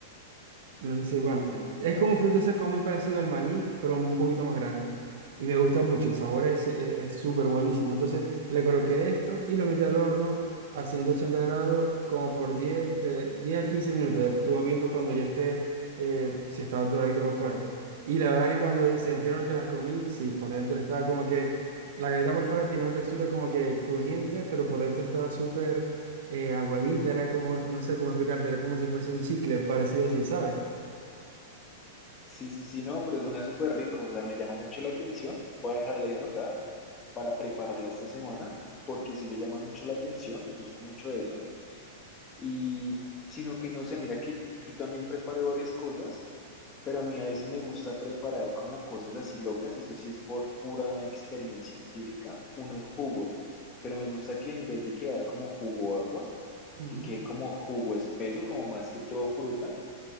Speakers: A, on the right; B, on the left.
A: No sé si, bueno,
B: No.
A: es como un fruto seco muy parecido al maní, pero un poquito más grande. Y me gusta mucho, el sabor es eh, es súper buenísimo. Entonces le coloqué esto y lo metí al horno a 180 grados como por 10 de 10 a 15 minutos. Eh, Tú vas viendo cuando ya esté, eh, si está doradito por fuera. pues. Y la verdad que cuando se enfriaron que las comí, sí, por dentro estaba como que, la galleta por fuera tiene una textura como que crujiente, pero por dentro estaba súper eh, aguadita, era como, no sé cómo explicarte, era como si fuese un chicle parecido así, ¿sabes?
B: Sí, sí, sí, no, pero suena súper rico, o sea, me llama mucho la atención. Voy a dejarla ya anotada para prepararla esta semana, porque sí me llama mucho la atención, me gusta mucho eso. Y sino que no sé, mira que yo también preparo varias cosas, pero a mí a veces me gusta preparar como cosas así locas, eso sí es por pura experiencia empírica, unos jugos, pero me gusta que en vez de quedar como jugo agua,
A: Ujú,
B: que quede como jugo espeso, como más que todo fruta,